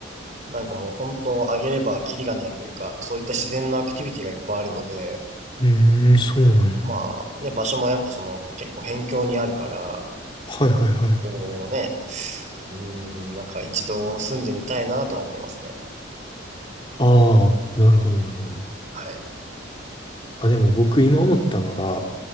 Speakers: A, on the right; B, on the left.
A: なんかもう本当あげればキリがないというか、そういった自然のアクティビティがいっぱいあるので、
B: うーん、そうなんや。
A: まあね、場所もやっぱその結構辺境にあるから、
B: はいはいはい。
A: こうね、うん、なんか一度住んでみたいなとは思いますね。
B: ああ、なるほどなるほど。
A: はい。
B: あ、でも僕今思ったのが、